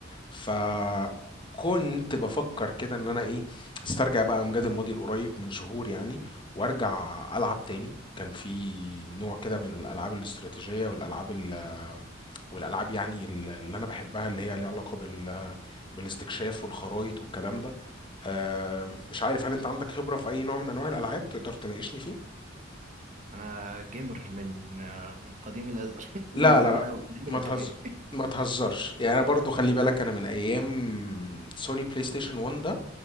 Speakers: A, on the left; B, on the right.
A: فكنت بفكر كده ان انا ايه استرجع بقى امجاد الماضي القريب من شهور يعني وارجع العب تاني كان في نوع كده من الالعاب الاستراتيجية والالعاب ال- والالعاب يعني ال- اللي انا بحبها اللي هي ليها علاقة بال بالاستكشاف والخرايط والكلام ده آه، مش عارف هل انت عندك خبرة في اي نوع من انواع الالعاب تقدر تناقشني فيه
B: انا جيمر من آه، من قديم الازل <laughs>
A: لا
B: من زمان
A: لا
B: قوي من ايام
A: ما
B: الاتاري
A: تهز
B: <laughs>
A: ما تهزرش يعني انا برضو خلي بالك انا من ايام سوني بلاي ستيشن 1 ده